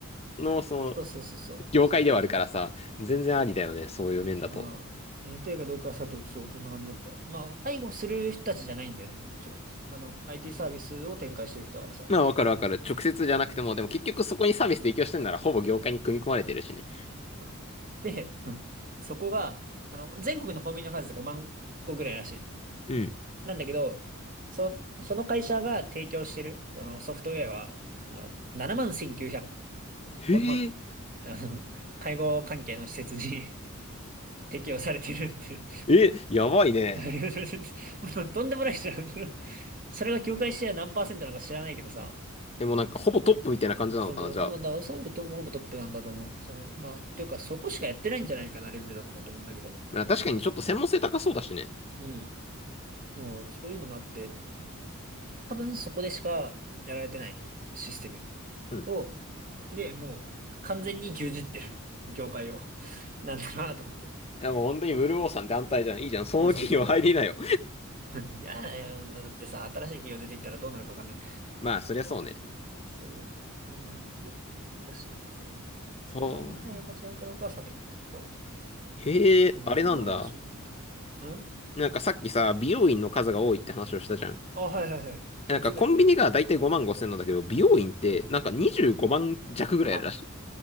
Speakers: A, on the left; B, on the right.
A: のその
B: そうそうそうそう。
A: 業界ではあるからさ、
B: 成長企業。
A: 全然ありだよね、そういう面だと。
B: まあ、やりたいかどうかはさておきそう、そんな感じだった。まあ、介護する人たちじゃないんだよね、もちろん。あの、IT サービスを展開してる人だからさ。
A: まあ、わかるわかる。直接じゃなくても、でも結局そこにサービス提供してんなら、
B: うん
A: ほぼ業界に組み込まれてるしね。
B: そうで、うんそこが、あの、全国のコンビニの数で5万個ぐらいらしい。
A: うん。
B: なんだけど、そ、その会社が提供してる、そのソフトウェアは、あの、7万1900
A: へえ。
B: この、あの、介護関係の施設に <laughs> 適用されてるって
A: え、やばいね。
B: <laughs> もうとんでもないじゃん。そのそれが業界シェア何パーセントなのか知らないけどさ、
A: でもなんか、ほぼトップみたいな感じなのかな、
B: その、
A: じゃあ。
B: もうだ、おそらくトムほぼトップなんだと思う。その、まあ、というかそこしかやってないんじゃないかなレベルなんだと思うんだけど。
A: まあ確かにちょっと専門性高そうだしね。
B: うん。もう、そういうのもあって、多分そこでしかやられてないシステム
A: うん。
B: を、で、もう、完全に牛耳ってる業界を。なんだなと思って。
A: でもう本当にブルーオーさん団体じゃん。いいじゃん。その企業入りなよ。
B: うん、そうそうそうそう。<laughs> 嫌だよ。だってさ、新しい企業出てきたらどうなるかわかんない。
A: <laughs> まあ、そりゃそうね。
B: そう。どうなって。しかし、そう。そこに配慮が違うかどうかはさておき。
A: はあ。
B: そう。
A: へえ、
B: こんな感じの話を聞いていた。
A: あれなんだ。
B: うん
A: なんかさっきさ、美容院の数が多いって話をしたじゃん。
B: あ、はいはいはい。いくつぐらい
A: なんかコンビニがだいたい5万5千なんだけど、美容院ってなんか25万弱ぐらいあるらしい。
B: うん。は